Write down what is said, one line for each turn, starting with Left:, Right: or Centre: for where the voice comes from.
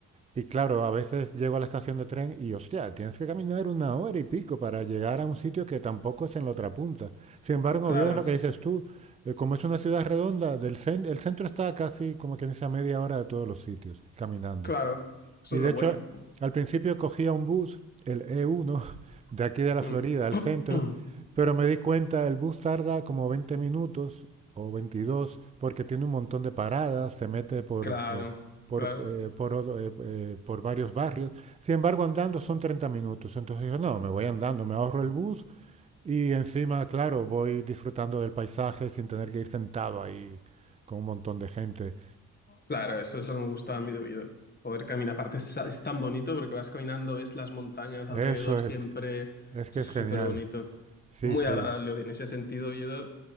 Right: Y claro, a veces llego a la estación de tren y, hostia, tienes que caminar una hora y pico para llegar a un sitio que tampoco es en la otra punta. Sin embargo,
Left: claro,
Right: en Oviedo es lo que dices tú, eh, como es una ciudad redonda, del cen- el centro está casi como que dice a media hora de todos los sitios, caminando.
Left: claro. Eso
Right: Y
Left: es
Right: de
Left: lo
Right: hecho,
Left: bueno.
Right: al principio cogía un bus, el E1, de aquí de la
Left: Mm.
Right: Florida, al
Left: <clears throat>
Right: centro, pero me di cuenta, el bus tarda como 20 minutos o 22 porque tiene un montón de paradas, se mete por,
Left: Claro,
Right: por, por,
Left: claro.
Right: eh, por otro- eh, eh, por varios barrios. Sin embargo, andando son 30 minutos. Entonces yo, no, me voy andando, me ahorro el bus y encima, claro, voy disfrutando del paisaje sin tener que ir sentado ahí con un montón de gente.
Left: Claro, eso es lo que me gustaba a mí de Oviedo. Poder caminar, aparte es, es tan bonito porque vas caminando, ves las montañas alrededor
Right: Eso es,
Left: siempre,
Right: es
Left: eso
Right: que
Left: es
Right: es
Left: súper
Right: genial.
Left: bonito.
Right: Sí,
Left: Es muy
Right: sí.
Left: agradable en ese sentido, Oviedo.